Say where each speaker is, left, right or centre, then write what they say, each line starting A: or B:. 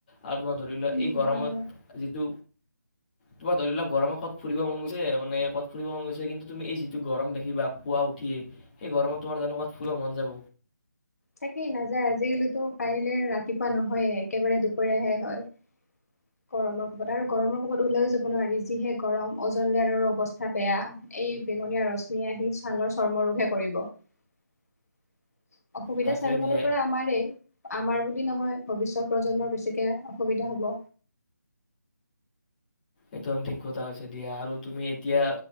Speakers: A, on the left; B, on the left.
A: আৰু তোমাৰ ধৰি লোৱা
B: উম
A: এই গৰমত
B: হয় হয়
A: যিটো তোমাৰ ধৰি লোৱা গৰমত ক'ত ফুৰিব মন গৈছে মানে ক'ত ফুৰিব মন গৈছে কিন্তু তুমি এই যিটো গৰম দেখিবা পুৱা উঠিয়েই সেই গৰমত তোমাৰ জানো কৰবাত ফুৰিব মন যাব
B: তাকেই নাযায় আজিকালিতো পৰিলে ৰাতিপুৱা নহয়ে একেবাৰে দুপৰীয়াহে হয় গৰমৰ কোবত আৰু গৰমৰ কোবত ওলায়ো যাব নোৱাৰি যিহে গৰম অজন লেয়াৰৰো অৱস্থা বেয়া এই বেঙনীয়া ৰশ্মি আহি ছালৰ চৰ্ম ৰোগহে কৰিব অসুবিধা
A: তাকে
B: চাৰিওফালৰ
A: দিয়া
B: পৰা আমাৰ আমাৰ বুলি নহয় ভৱিষ্যত প্ৰজন্মৰ বেছি এয়া অসুবিধা হ'ব
A: একদম ঠিক কথা হৈছে দিয়া আৰু তুমি এতিয়া